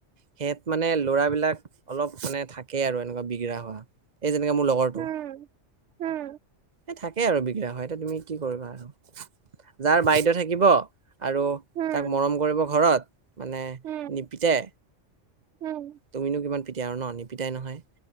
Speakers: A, on the right (about 35°); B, on the right (about 65°).
A: সেয়াত মানে ল'ৰাবিলাক অলপ মানে থাকে আৰু এনেকুৱা বিগৰা হোৱা। এই যেনেকে মোৰ লগৰটো।
B: উম উম
A: এ থাকে আৰু বিগৰা হোৱা। এতিয়া তুমি কি কৰিবা আৰু যাৰ বা থাকিব আৰু
B: উম
A: তাক মৰম কৰিব ঘৰত মানে
B: উম,
A: নিপিতে।
B: উম।
A: তুমিনো কিমান পিটা আৰু ন'? নিপিটাই নহয়,